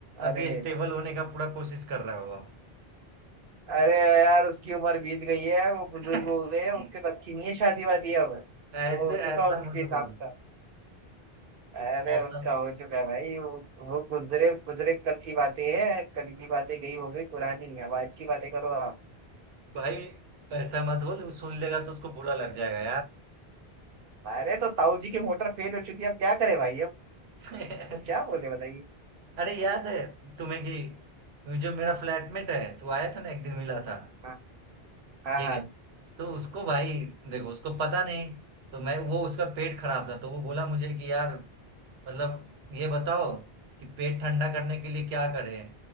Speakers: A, on the right; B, on the right.
A: अरे
B: अभी स्टेबल होने का पूरा कोशिश कर रहा होगा
A: अरे यार उसकी उम्र बीत गई है वो बुजुर्ग
B: <laughs>
A: हो गए हैं उनके बस की नहीं है शादी वादी अब वो
B: ऐसे
A: हो
B: ऐसा
A: चुका उनके
B: मत
A: हिसाब
B: बोल
A: का अरे
B: ऐसा
A: उनका हो चुका है भाई वो वो गुजरे गुजरे कल की बातें हैं कल की बातें गई हो गई पुरानी अब आज की बातें करो आप
B: भाई ऐसा मत बोल वो सुन लेगा तो उसको बुरा लग जाएगा
A: अरे तो ताऊ जी की मोटर फेल हो चुकी है अब क्या करे भाई अब
B: यार
A: वो क्या
B: <laughs>
A: बोले बताइए
B: अरे याद है तुम्हें कि जो मेरा फ्लैटमेट है तू आया था ना एक दिन मिला था
A: हाँ हाँ
B: ठीक
A: हाँ
B: है तो उसको भाई देखो उसको पता नहीं तो मैं वो उसका पेट खराब था तो वो बोला मुझे कि यार मतलब ये बताओ कि पेट ठंडा करने के लिए क्या करें